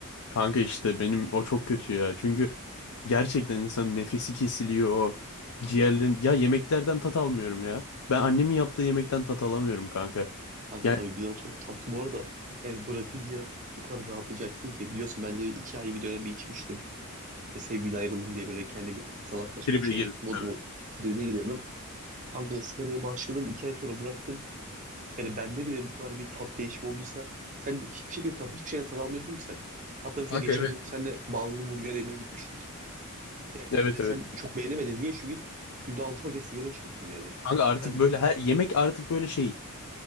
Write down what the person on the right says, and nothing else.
Kanka
tabii bizden sonra tatlı. Bu arada yani bırakınca bu kadar rahatlayacaksın ki. Biliyorsun ben de iki ay bir dönem bir içmiştim. E, sevgili ayrıldım diye böyle kendimi salak saçma
şey
modumun
tribine giriyordum. Kanka sigaraya başladım. iki ay sonra bıraktım. Yani bende bile bu kadar bir tat değişimi olduysa sen hiçbir şekilde tat, hiçbir şeyden tat almıyorsun ki sen. Hatta mesela
geçen
gün senle ballı burger yemeye gitmiştik. Yani
sen çok beğenemedin. Niye? Çünkü günde 6 paket sigara içiyorsun yani.
Sen,